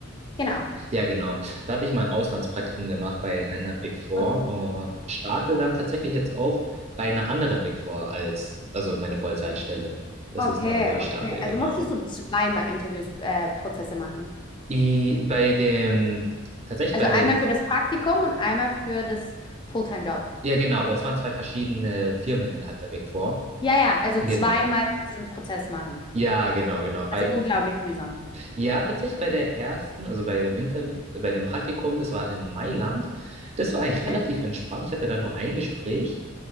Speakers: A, on the left; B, on the right.
A: Genau.
B: Ja, genau. Da hatte ich mal ein Auslandspraktikum gemacht bei einer Big Four
A: Okay.
B: und starte dann tatsächlich jetzt auch bei einer anderen Big Four als, also meine Vollzeitstelle. Das
A: Okay,
B: ist da, wo ich
A: okay.
B: starte,
A: Also
B: genau.
A: musstest du zweimal Interviews, äh, Prozesse machen.
B: I, bei dem, tatsächlich
A: Also
B: bei
A: einmal
B: dem, Pr-
A: für das Praktikum und einmal für das Fulltime-Job.
B: ja genau, aber das waren zwei verschiedene Firmen innerhalb der Big Four.
A: Ja, ja, also
B: Genau.
A: zweimal diesen Prozess machen.
B: Ja, genau, genau. Bei,
A: Also unglaublich mühsam.
B: ja, tatsächlich bei der ersten, also bei dem Interview, bei dem Praktikum, das war in Mailand. Das war eigentlich
A: Okay,
B: relativ entspannt. Ich hatte da nur ein Gespräch.